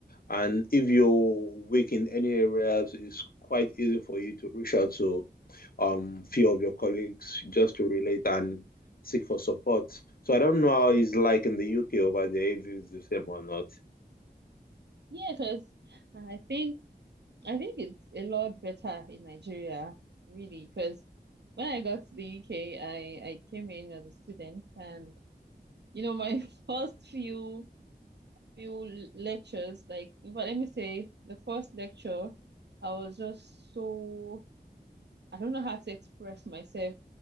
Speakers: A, on the left; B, on the right.
A: And if you're weak in any areas, it's quite easy for you to reach out to um few of your colleagues just to relate and seek for support. So I don't know how it's like in the UK over there if it's the same or not.
B: Yeah, because I think I think it's a lot better in Nigeria, really, because when I got to the UK, I I came in as a student, and you know, my <laughs> first few few lectures, like, in fact, let me say, the first lecture, I was just so I don't know how to express myself.